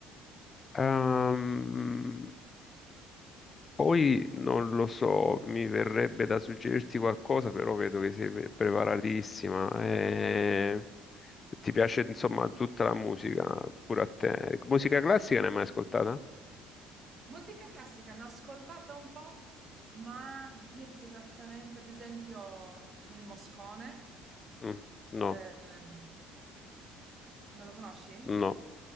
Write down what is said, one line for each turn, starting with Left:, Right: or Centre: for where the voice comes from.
Left: Ehm, poi non lo so, mi verrebbe da suggerirti qualcosa, però vedo che sei pre- preparatissima. Eh, ti piace insomma tutta la musica, pure a te. Musica
Right: Sì.
Left: classica ne hai mai ascoltata?
Right: Musica classica ne ho ascoltata un po', ma dirti esattamente, ad esempio, il Moscone,
Left: Mm, no,
Right: ehm, non lo conosci?
Left: no.